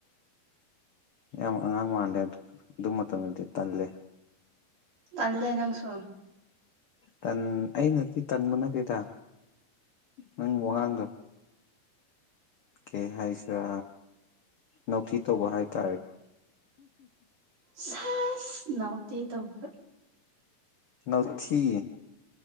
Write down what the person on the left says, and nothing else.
ꯌꯥꯝ ꯑꯉꯥꯡ ꯃꯥꯜꯂꯦ ꯑꯗꯨ ꯑꯗꯨ ꯃꯇꯝꯗꯗꯤ ꯇꯜꯂꯦ
ꯇꯟ ꯑꯩꯅꯗꯤ ꯇꯟꯕ ꯅꯠꯇꯦꯗ ꯅꯪ ꯋꯥꯉꯥꯡꯗꯣ ꯀꯩ ꯍꯥꯏꯁꯤꯔꯥ ꯅꯧꯊꯤ ꯇꯧꯕ ꯍꯥꯏꯇꯥꯔꯦꯗ
ꯅꯥꯎꯊꯤ